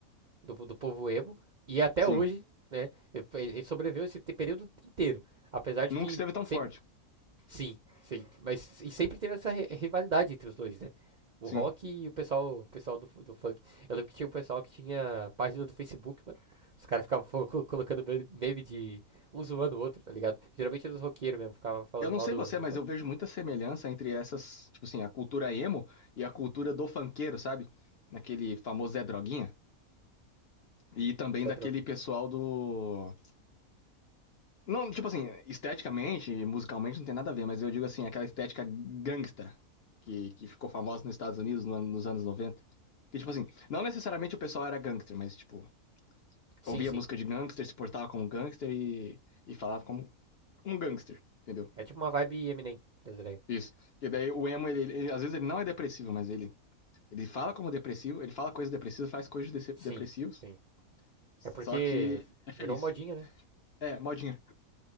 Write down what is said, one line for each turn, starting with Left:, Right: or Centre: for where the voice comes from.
Right: do, do povo emo. E até
Left: Sim.
Right: hoje, né? Ele sobreviveu esse período inteiro. Apesar de
Left: Nunca
Right: que
Left: esteve tão
Right: sempre.
Left: forte.
Right: Sim, sim. Mas e sempre teve essa rivalidade entre os dois, né? O
Left: Sim.
Right: rock e o pessoal, o pessoal do, do funk. Eu lembro que tinha o um pessoal que tinha página do Facebook, mano. Os caras ficavam co- colocando meme de um zoando o outro, tá ligado? Geralmente era os roqueiros mesmo, ficava falando
Left: Eu não
Right: mal
Left: sei
Right: do,
Left: você,
Right: do
Left: mas
Right: funk.
Left: eu vejo muita semelhança entre essas, tipo assim, a cultura emo e a cultura do funkeiro, sabe? Naquele famoso Zé Droguinha. E também
Right: Isso
Left: daquele
Right: é droguinha.
Left: pessoal do. Não, tipo assim, esteticamente, musicalmente não tem nada a ver, mas eu digo assim, aquela estética gangsta que, que ficou famosa nos Estados Unidos no ano- nos anos noventa Que, tipo assim, não necessariamente o pessoal era gangster, mas, tipo,
Right: Sim,
Left: ouvia
Right: sim.
Left: música de gangster, se portava como gangster e, e falava como um gangster, entendeu?
Right: É tipo uma vibe Eminem das ideias.
Left: Isso. Porque daí o emo, ele, ele- às vezes ele não é depressivo, mas ele, ele fala como depressivo, ele fala coisas depressivas, faz coisas dece- depressivos,
Right: Sim, sim.
Left: só
Right: É porque
Left: que é feliz.
Right: virou modinha, né?
Left: É, modinha.